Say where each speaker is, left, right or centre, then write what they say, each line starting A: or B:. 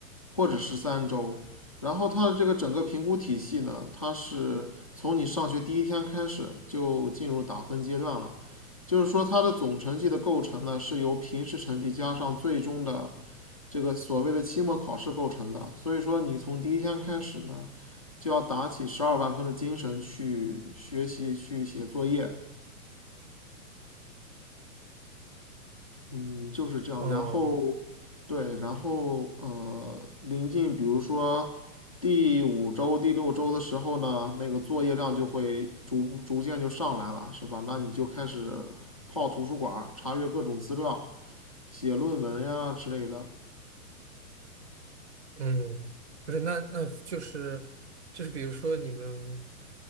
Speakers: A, on the left; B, on the right.
A: 或者是三周。然后它的这个整个评估体系呢，它是从你上学第一天开始就进入打分阶段了，就是说它的总成绩的构成呢，是由平时成绩加上最终的这个所谓的期末考试构成的。所以说你从第一天开始呢，就要打起十二万分的精神去学习、去写作业，嗯，就是这样。
B: 哦
A: 然后对，然后呃，临近比如说第五周、第六周的时候呢，那个作业量就会逐逐渐就上来了，是吧？那你就开始泡图书馆，查阅各种资料，写论文呀之类的。
B: 嗯，不是，那那就是就是，比如说你们